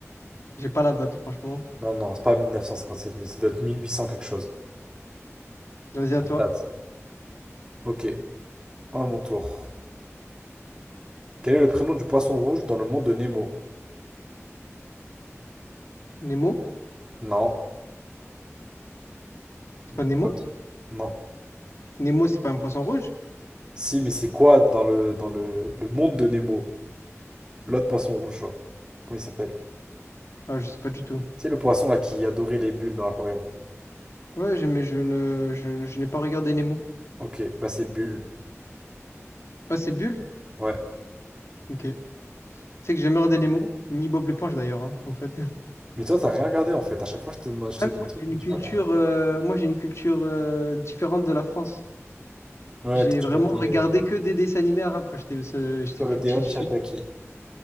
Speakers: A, on the left; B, on the right.
A: J'ai pas la date, franchement.
B: non, non, c'est pas 1957, mais c'est d'autres 1800 quelque chose.
A: Vas-y, à
B: Comme
A: toi.
B: date. Ok, à mon tour. Quel est le prénom du poisson rouge dans le monde de Nemo?
A: Nemo?
B: Non.
A: C'est
B: Le-
A: pas Nemo?
B: l'autre. Non.
A: Nemo, c'est pas un poisson rouge?
B: Si, mais c'est quoi dans le dans le, le monde de Nemo? L'autre poisson rouge, genre. Comment il s'appelle?
A: Ah, je sais pas du tout.
B: C'est le poisson là qui adorait les bulles dans l'aquarium.
A: Ouais, j'ai- mais je ne, je, je n'ai pas regardé Nemo.
B: Ok, bah c'est Bulle.
A: Ah, c'est Bulle?
B: Ouais.
A: Ok. Tu sais que j'ai jamais regardé Nemo, ni Bob l'éponge d'ailleurs, hein, en fait. <laughs>
B: Mais toi, t'as rien regardé en fait. À chaque fois, je te, demande- je
A: Ah,
B: te dis
A: mais
B: un
A: moi,
B: truc,
A: j'ai une
B: tu me dis
A: culture,
B: pas.
A: euh, moi, j'ai une culture euh, différente de la France.
B: Ouais,
A: J'ai
B: toi, tu
A: vraiment
B: vois des
A: regardé
B: euh,
A: que des dessins animés arabes quand j'étais euh, j'étais
B: Colodeon
A: plus petit. <laughs>
B: Shabaki.
A: J'ai